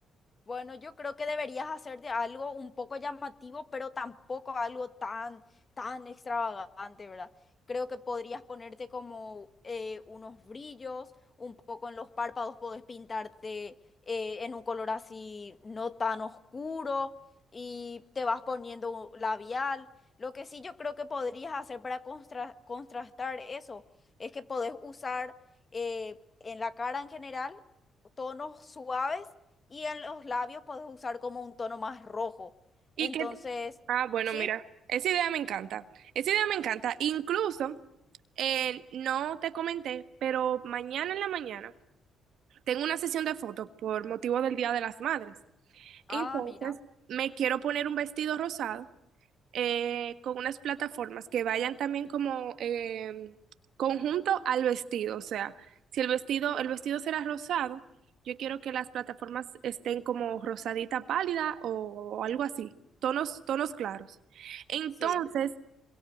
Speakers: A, on the left (about 30°); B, on the right (about 75°).
A: Bueno, yo creo que deberías hacerte algo un poco llamativo, pero tampoco algo tan, tan extravagante, ¿verdad? Creo que podrías ponerte como eh, unos brillos, un poco en los párpados, podés pintarte eh, en un color así no tan oscuro y te vas poniendo un labial. Lo que sí yo creo que podrías hacer para constra- contrastar eso es que podés usar eh, en la cara en general tonos suaves y en los labios puedes usar como un tono más rojo.
B: Y
A: Entonces,
B: que, ah, bueno,
A: ¿sí?
B: mira, esa idea me encanta, esa idea me encanta, incluso eh, no te comenté, pero mañana en la mañana. Tengo una sesión de fotos por motivo del Día de las Madres.
A: Ah,
B: Entonces,
A: mira,
B: me quiero poner un vestido rosado eh, con unas plataformas que vayan también como eh, conjunto al vestido. O sea, si el vestido, el vestido será rosado, yo quiero que las plataformas estén como rosadita pálida o algo así, tonos, tonos claros. Entonces,
A: sí,